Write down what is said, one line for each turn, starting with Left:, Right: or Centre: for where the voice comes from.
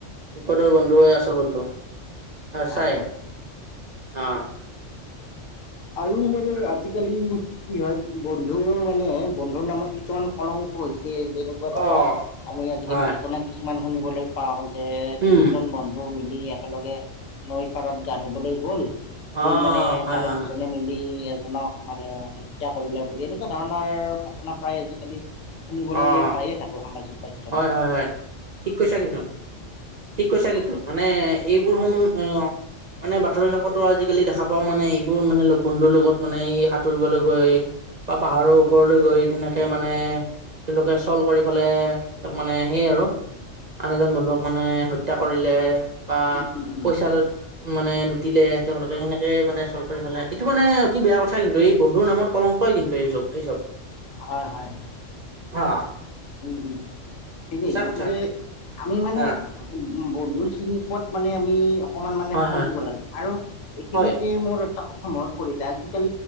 Right: বিপদৰ বন্ধুহে আচল বন্ধু
Left: হয়
Right: চাই
Left: হয়
Right: অ
Left: আৰু মানে
Right: আৰু
Left: আজিকালি কি হয় বন্ধুৰ মানে বন্ধুৰ নামত কিছুমান কলংক হৈছে যেনেকোৱা ধৰা
Right: অ',
Left: আমি আজিকালি
Right: হয়,
Left: ঘটনা কিছুমান শুনিবলৈ পাওঁ যে
Right: উম,
Left: তিনিজন বন্ধু মিলি একেলগে নৈৰ পাৰত গা ধুবলৈ গ'ল
Right: অ
Left: গৈ মানে
Right: হয়
Left: তাৰে
Right: হয়
Left: দুজনে
Right: হয়,
Left: মিলি জনক মানে হত্যা কৰিলে বুলি এনেকুৱা ধৰণৰ ঘটনা প্ৰায় আজিকালি শুনিবলৈ
Right: অ',
Left: পায়ে থাকো সামাজিক মাধ্যম
Right: হয় হয় হয় ঠিক কৈছা কিন্তু, ঠিক কৈছা কিন্তু মানে এ এইবোৰ সমূহ অ মানে বাতৰি কাকতো আজিকালি দেখা ও মানে এইবোৰ মানে লগ বন্ধুৰ লগত মানে ই সাঁতুৰিবলৈ গৈ বা পাহাৰৰ ওপৰলৈ গৈ তেনেকে মানে তেওঁলোকে চল কৰি ফলে তাক মানে সেই আৰু আন এজন বন্ধুক মানে হত্যা কৰিলে বা
Left: উম উম উম
Right: পইচা মানে টিলে তেওঁলোকে সেনেকে মানে চল্ভ কৰি পেলাই এইটো মানে অতি বেয়া কথা কিন্তু এই বন্ধুৰ নামত কলংকই কিন্তু এইচব। এই চব।
Left: হয় হয়।
Right: হা
Left: উম উম ঠিকেই
Right: সঁচা
Left: গতিকে
Right: কথা
Left: আমি মানে
Right: হা
Left: উ উ বন্ধু চিনি পোৱাত মানে আমি অকমান মানে
Right: হয়
Left: সময়
Right: হয়
Left: দিব লাগে, আৰু এইখিনিতে
Right: হয়
Left: মোৰ এটা কথা মনত পৰিলে আজিকাল